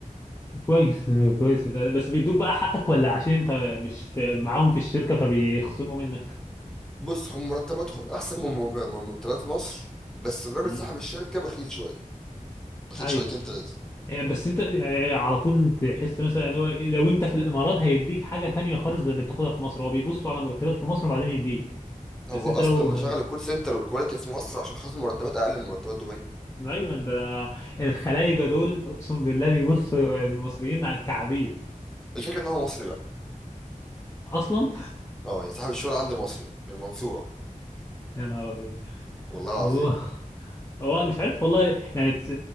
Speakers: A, on the left; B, in the centre.
A: كويس كويس بس بيدوك بقى حقك ولا عشان انت مش في معاهم في الشركه فبيخصموا منك
B: بص هم مرتباتهم احسن من مرتبات مصر بس الراجل
A: مم.
B: صاحب الشركه بخيل شويه بخيل
A: ايوه
B: شويتين تلاته
A: يعني بس انت يعني على طول تحس مثلا ان هو إيه، لو انت في الامارات هيديك حاجه تانية خالص غير اللي بتاخدها في مصر هو بيبصوا على مرتبات في مصر وبعدين يديك بس
B: هو
A: انت
B: اصلا
A: لو
B: مشغل الكول سنتر والكواليتي في مصر عشان خاطر مرتبات اقل من مرتبات دبي
A: ايوه ده الخلايجه دول اقسم بالله بيبصوا المصريين على كعبين
B: الفكره ان هو مصري بقى
A: اصلا
B: اه يعني صاحب الشغل عندي مصري من المنصوره
A: يا نهار ابيض
B: والله العظيم
A: هو هو مش عارف والله يعني تس-